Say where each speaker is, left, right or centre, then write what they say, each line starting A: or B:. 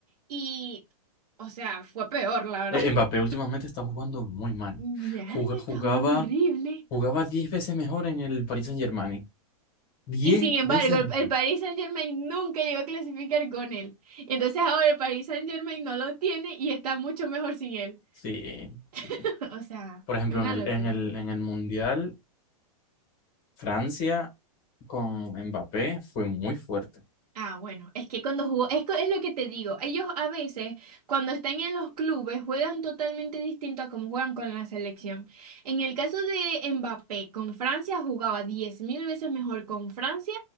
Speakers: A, on the right; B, on the left.
A: y, o sea, fue peor, la verdad.
B: Eh,
A: <laughs>
B: Mbappé últimamente está jugando muy mal.
A: Mi alma
B: Juga-
A: está
B: Jugaba
A: jugando horrible.
B: Jugaba 10 veces mejor en el Paris Saint-Germain. diez
A: Y sin embargo,
B: veces
A: el,
B: mejor.
A: el Paris Saint-Germain nunca llegó a clasificar con él. Entonces ahora el Paris Saint-Germain no lo tiene y está mucho mejor sin él.
B: Sí, sí.
A: <laughs> O sea,
B: Por ejemplo,
A: es una
B: en el,
A: locura.
B: en el, en el Mundial, Francia con Mbappé fue muy fuerte.
A: Ah, bueno, es que cuando jugó, es, co- es lo que te digo, ellos a veces cuando están en los clubes juegan totalmente distinto a como juegan con la selección. En el caso de Mbappé, con Francia jugaba 10.000 veces mejor con Francia